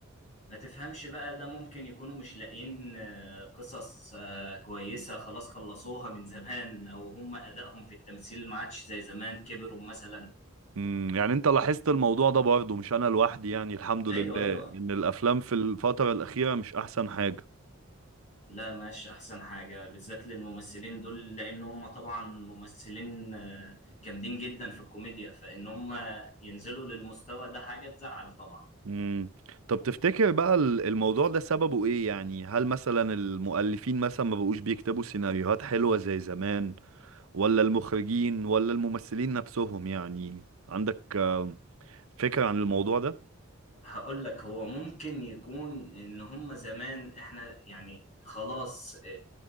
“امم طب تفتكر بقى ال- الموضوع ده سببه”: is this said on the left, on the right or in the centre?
Right